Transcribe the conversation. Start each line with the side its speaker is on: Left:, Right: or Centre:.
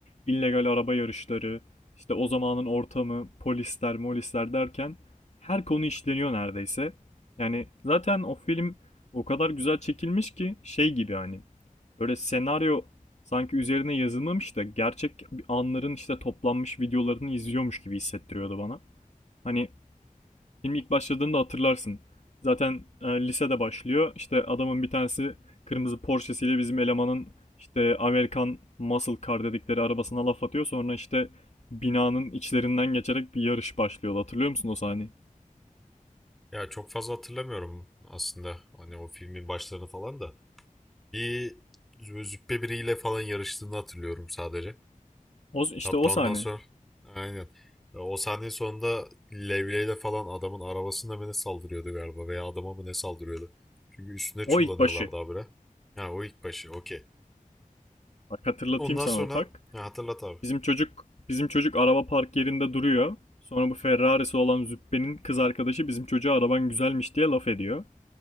Left: illegal araba yarışları, işte o zamanın ortamı, polisler, molisler derken her konu işleniyor neredeyse. Yani zaten o film o kadar güzel çekilmiş ki şey gibi hani böyle senaryo sanki üzerine yazılmamış da gerçek anların işte toplanmış videolarını izliyormuş gibi hissettiriyordu bana. Hani film ilk başladığında hatırlarsın. Zaten e, lisede başlıyor. İşte adamın bir tanesi kırmızı Porsche'siyle bizim elemanın işte Amerikan Muscle Car dedikleri arabasına laf atıyor. Sonra işte binanın içlerinden geçerek bir yarış başlıyor. Hatırlıyor musun o sahneyi?
Centre: ya çok fazla hatırlamıyorum aslında. Hani o filmin başlarını falan da. Bir züppe biriyle falan yarıştığını hatırlıyorum sadece.
Left: O, işte
Centre: Hatta
Left: o sahne.
Centre: ondan sonra aynen. E, O sahne sonunda levyeyle falan adamın arabasına mı ne saldırıyordu galiba veya adama mı ne saldırıyordu. Çünkü üstüne
Left: O
Centre: çullanıyorlardı
Left: ilk başı.
Centre: abire. Ha o ilk başı okey.
Left: Bak hatırlatayım
Centre: Ondan
Left: sana
Centre: sonra
Left: ufak.
Centre: ya hatırlat abi.
Left: Bizim çocuk bizim çocuk araba park yerinde duruyor. Sonra bu Ferrari'si olan Züppe'nin kız arkadaşı bizim çocuğa araban güzelmiş diye laf ediyor.